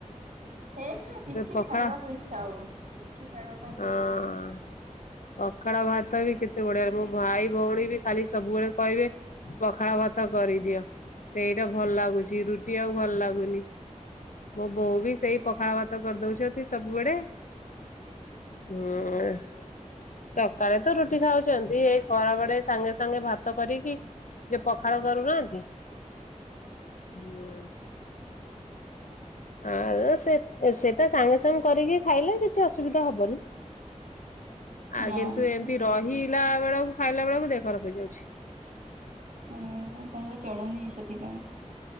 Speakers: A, on the right; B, on the left.
A: ହେଇ କିଛି
B: ପଖାଳ
A: ଖାଇବାକୁ ଇଚ୍ଛା ହଉନି କିଛି ଖାଇବା ପାଇଁ
B: ହଁ।
A: ଇଚ୍ଛା ହଉନି
B: ପଖାଳ ଭାତ ବି କେତ୍ କେତେ ବଢିଆ, ମୋ ଭାଇ ଭଉଣୀ ବି ଖାଲି ସବୁବେଳେ କହିବେ ପଖାଳ ଭାତ କରିଦିଅ। ସେଇଟା ଭଲ ଲାଗୁଛି, ରୁଟି ଆଉ ଭଲ ଲାଗୁନି ମୋ ବୋଉ ବି ସେଇ ପଖାଳ ଭାତ କରି ଦଉଛନ୍ତି ସବୁବେଳେ ହୁଁ-ଉଁ-ଉଁ, ସକାଳେ ତ ରୁଟି ଖାଉ ଛନ୍ତି, ଏଇ ଖରାବେଳେ ସାଙ୍ଗେସାଙ୍ଗେ ଭାତ କରିକି ଯିଏ ପଖାଳ କରୁନାହାନ୍ତି ହୁଁ ଆଉ ସେ ସେଟା ସାଙ୍ଗେ ସାଙ୍ଗେ କରିକି ଖାଇଲେ କିଛି ଅସୁବିଧା ହବନି
A: ହଁ
B: ଆଉ
A: ଆଚ୍ଛା
B: କିନ୍ତୁ ଏମିତି ରହିଲା ବେଳକୁ ଖାଇଲା ବେଳକୁ ଦେହ ଖରା ପ ହେଇଯାଉଛି।
A: ହୁଁ ତମଙ୍କୁ ଚଢୁନି ସେଥିପାଇଁ।